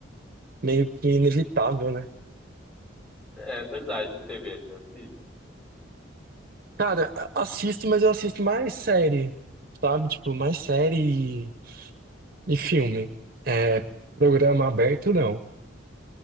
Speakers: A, on the right; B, in the centre.
A: meio que inevitável, né?
B: é verdade, TV, você assiste?
A: Cara, assisto, mas eu assisto mais série, sabe? Tipo, mais série e, e filme. É, programa aberto, não.